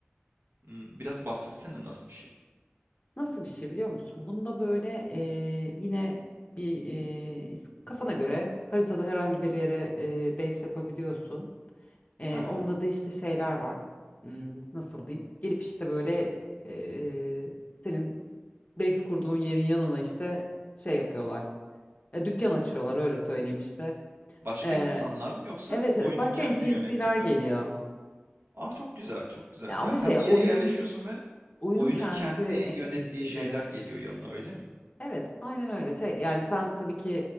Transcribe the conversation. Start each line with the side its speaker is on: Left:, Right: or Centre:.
Right: Hımm, biraz bahsetsene nasıl bir şey?
Left: Nasıl bir şey biliyor musun? Bunda böyle e, yine bir e, is- kafana göre haritada herhangi bir yere e, base yapabiliyorsun. E,
Right: He
Left: onda da işte şeyler var. Hmm, nasıl diyeyim? Gelip işte böyle e, senin base kurduğun yerin yanına işte şey yapıyorlar. E, dükkan açıyorlar öyle söyleyeyim işte.
Right: Başka
Left: E,
Right: insanlar mı yoksa
Left: Evet
Right: oyunun
Left: evet başka
Right: kendi
Left: NPC'ler
Right: yönettiği kara
Left: geliyor.
Right: A, çok güzel, çok güzel.
Left: E, Ama
Right: Yani sen
Left: şey
Right: bir yere
Left: oyunun
Right: yerleşiyorsun ve
Left: oyunun
Right: oyunun
Left: kendi
Right: kendi
Left: NPC'leri.
Right: yönettiği şeyler geliyor yanına, öyle mi?
Left: Evet, aynen öyle. Şey, yani sen tabii ki